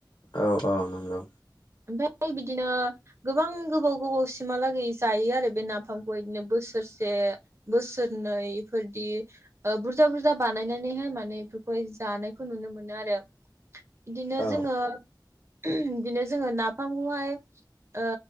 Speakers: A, on the left; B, on the right.
A: औ औ नंगौ
B: बिदिनो गोबां गोबाव गोबाव सिमहालागै जायो आरो बे नाफामखौहाय बिदिनो बोसोरसे बोसोरनै इफोरदि बुरजा बुरजा बानायनानैहाय माने बेफोरखौहाय जानायखौ नुनो मोनो आरो बिदिनो
A: औ
B: जोङो बिदिनो जोङो नाफामखौहाय ओ